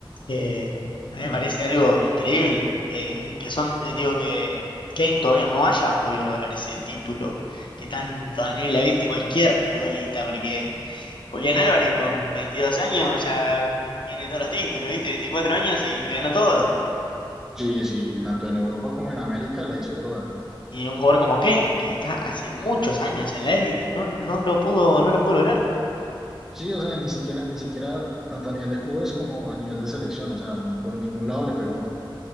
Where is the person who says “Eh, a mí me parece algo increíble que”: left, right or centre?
Left